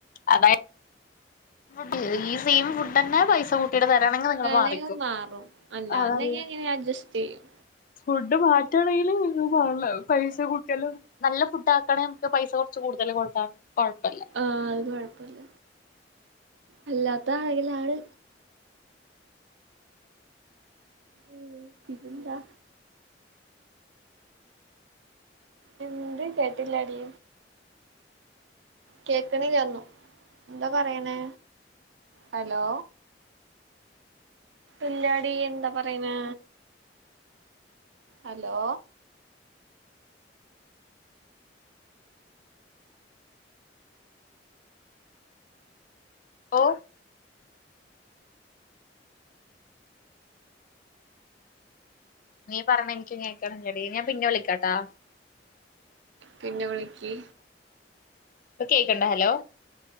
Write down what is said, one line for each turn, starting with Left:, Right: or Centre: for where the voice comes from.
Left: അതായ <unintelligible> ഫുഡ്‌ ഈ സെയിം ഫുഡന്നെ പൈസ കൊ ത്തിടെ തരണെങ്കിൽ നിങ്ങൾ മാറിക്കൊ.
Right: ണെങ്കിൽ മാറും അല്ലാന്നുണ്ടെങ്കി
Left: അതറിയാം
Right: എങ്ങനെ അഡ്ജസ്റ്റ് ചെയ്യും
Left: ഫുഡ്‌ മാറ്റാണെങ്കിൽ നിങ്ങൾ മാർല പൈസ കൂട്ടിയാലും നല്ല ഫുഡാക്കണെ ക്ക് പൈസ കൊ ച്ച് കൂടുതൽ കൊടുത്താ കൊഴപ്പല്ല
Right: ആഹ് അത് കൊഴപ്പല്ല അല്ലാത്ത ആണെങ്കിലാണ് ഉം പിന്നെന്താ എന്ത് കേട്ടില്ലാടി കേക്കണില്ല ഒന്നും എന്താ പറയണേ ഹലോ ഇല്ലാടി എന്താ പറയണെ ഹലോ
Left: ഓ നീ പറഞ്ഞ എനിക്ക് കേക്കണില്ലടി ഞാൻ പിന്നെ വിളിക്കാട്ടാ
Right: പിന്നെ വിളിക്ക്
Left: പ്പം കേക്ക്ണ്ട് ഹലോ